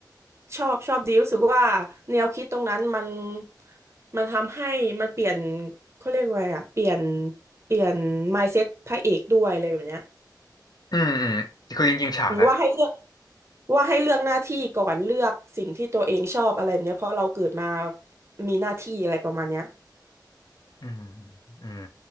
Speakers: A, on the right; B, on the left.
A: ชอบชอบดีรู้สึกว่าแนวคิดตรงนั้นมันมันทำให้มันเปลี่ยนเขาเรียกว่าไงอะเปลี่ยนเปลี่ยน mindset พระเอกด้วยอะไรแบบเนี้ย
B: อืมอืมคือจริงๆฉากนั้น
A: ว่าให้เลือกว่าให้เลือกหน้าที่ก่อนเลือกสิ่งที่ตัวเองชอบอะไรแบบเนี้ยเพราะเราเกิดมามีหน้าที่อะไรประมาณเนี้ย
B: อืมอืม